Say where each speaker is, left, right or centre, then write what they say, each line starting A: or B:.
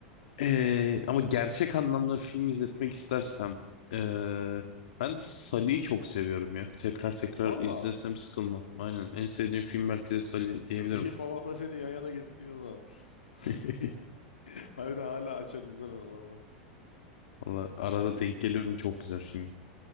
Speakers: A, on the left; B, on the left.
A: Ee, ama gerçek anlamda film izletmek
B: Hı hı.
A: istersem ee, ben Sully'yi çok seviyorum ya. Tekrar tekrar
B: Valla.
A: izlesem sıkılmam. Aynen en sevdiğim film belki de Sully diyebilirim.
B: İyi babamla seni yan yana getiriyor o zaman. <laughs>
A: <laughs>
B: Harbiden hala açar izler o zaman.
A: Valla arada
B: Hmm.
A: denk geliyorum çok güzel film.